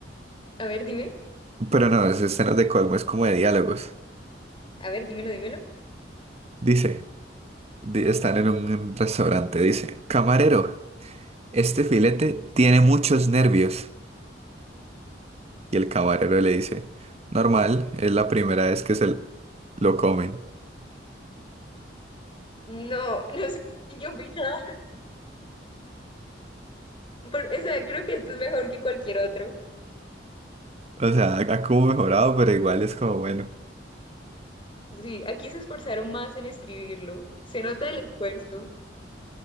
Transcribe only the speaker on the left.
a ver, dime,
a ver, dímelo, dímelo.
No, <laughs> no sé qué opinar. Pero, o sea, creo que esto es mejor que cualquier otro.
Sí, aquí se esforzaron más en escribirlo. Se nota el esfuerzo.